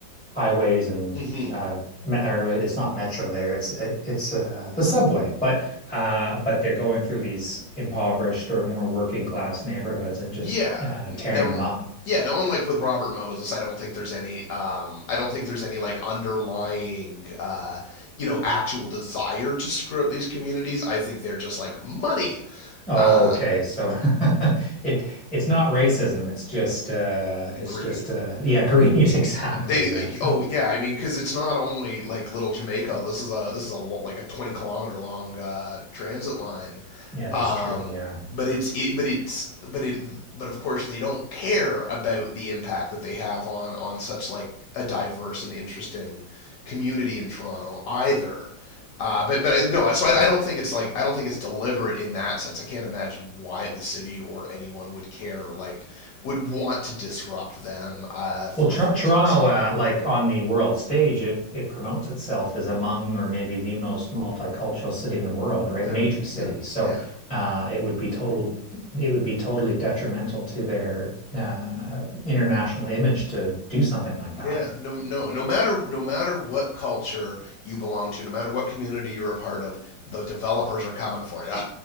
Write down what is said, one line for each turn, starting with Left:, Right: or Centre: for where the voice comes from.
Centre: highways and
Left: hmm
Centre: uh me or it's not metro there. It's uh, it's uh the subway, but uh but they're going through these impoverished or more working class neighborhoods and just
Left: Yeah.
Centre: uh tearing
Left: Now,
Centre: them up.
Left: yeah, no, unlike with Robert Moses, I don't think there's any, um, I don't think there's any like underlying, uh, you know, actual desire to screw up these communities. I think they're just like money,
Centre: Oh,
Left: uh,
Centre: okay. So <laughs> it it's not racism. It's just uh it's
Left: greed.
Centre: just uh yeah, greed <laughs> exactly.
Left: They
Centre: Yeah.
Left: oh yeah, I mean because it's not only like Little Jamaica. This is a this is a lo- like a 20 kilometer long uh, transit line.
Centre: Yeah,
Left: Um,
Centre: it's true. Yeah.
Left: but it's it, but it's but it but of course they don't care about the impact that they have on on such like a diverse and interesting community in Toronto either. Uh, but but I- no, I- so I, I don't think it's like I don't think it's deliberate in that sense. I can't imagine why the city or anyone would care like would want to disrupt them uh, for
Centre: Well, Tor
Left: for
Centre: Toronto
Left: its own sake.
Centre: uh like on the world stage, it it promotes itself as among or maybe the most multicultural city in the world, right?
Left: Yep.
Centre: Major cities.
Left: Yeah.
Centre: So
Left: Yeah.
Centre: uh it would be total it would be totally detrimental to their uh international image to do something like
Left: Yeah.
Centre: that.
Left: No. No. No matter no matter what culture you belong to, no matter what community you're a part of, the developers are coming for you.